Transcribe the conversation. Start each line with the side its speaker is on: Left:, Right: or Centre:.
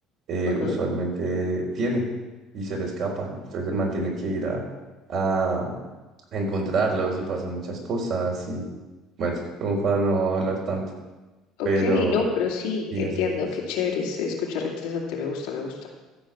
Right: eh,
Left: Ajá.
Right: usualmente tiene y se le escapan, entonces el man tiene que ir a, a encontrarlos y pasan muchas cosas y bueno, como para no hablar tanto,
Left: Ok,
Right: pero...
Left: no, pero sí,
Right: 10
Left: entiendo.
Right: de diez
Left: Qué chévere, se escucha re interesante. Me gusta, me gusta.